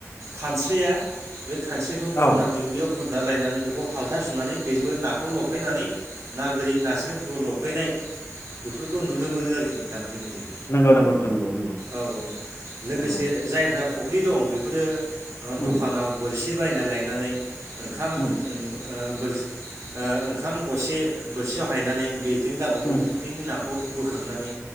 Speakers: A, on the right (about 65°); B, on the left (about 55°).
A: खानस्रिया गो खानस्रिखौ
B: औ
A: बुरना दुब्लियाव गुरना लायनानै बेखौ हालथा सुनानै बेबो नाखौ लफैनानै ना गोरि नास्रिफोरखौ लफैनाय बेफोरखौ नुनो मोनो आरोखि नोंथां जोंनिजों
B: नंगौ नंगौ नोंथां नंगौ नंगौ
A: औ औ लोगोसे
B: नंगौ
A: जाय जा फुख्रि दं बेफोरो ओ दखानाव
B: उम
A: बोरसि बायना लायनानै ओंखाम
B: उम
A: ओं ओ बोर ओ ओंखाम गरसे बोरसियाव हायनानै बे जों गावबा
B: उम
A: गाव फख्रिनि ना खौ बोखांनानै